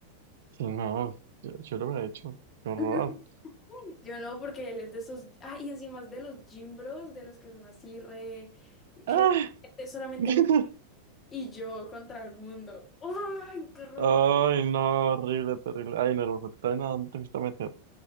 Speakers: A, on the right; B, on the left.
A: Sí, no, yo, yo lo hubiera hecho. Qué horror.
B: <laughs> Yo no, porque él es de esos, ah, y encima es de los gym bros, de los que son así re, que
A: ¡Ah!
B: solamente
A: <laughs>
B: él y yo contra el mundo. ¡Ay, qué rabia!
A: Ay, no, horrible, terrible. Ay, nervioso, te traen a dónde te fuiste a meter.